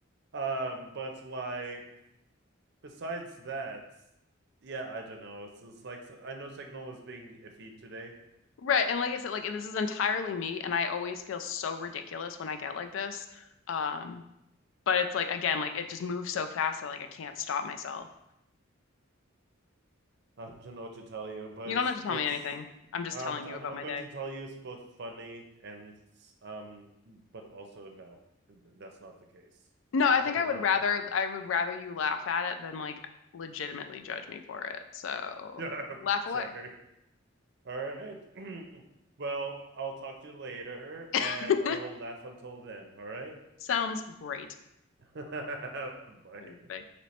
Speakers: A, on the right; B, on the left.
A: Um, but like besides that, yeah, I don't know. It's, it's like so, I know Signal was being iffy today.
B: Right. And like I said, like this is entirely me, and I always feel so ridiculous when I get like this. Um, but it's like again, like it just moves so fast that like I can't stop myself.
A: I don't know what to tell you, but
B: You don't have to tell
A: it's
B: me anything. I'm just
A: um
B: telling you
A: I'm
B: about
A: I'm
B: my
A: going
B: day.
A: to tell you it's both funny and um but also no, th- that's not the case.
B: No, I
A: I
B: think
A: did
B: I would
A: not
B: rather
A: block you.
B: I would rather you laugh at it than like legitimately judge me for it. So
A: <laughs> yeah
B: laugh
A: Sorry.
B: away.
A: All right. <clears throat> Well, I'll talk to you later and
B: <laughs>
A: I will laugh until then, all right?
B: Sounds great.
A: <laughs> Bye.
B: I- I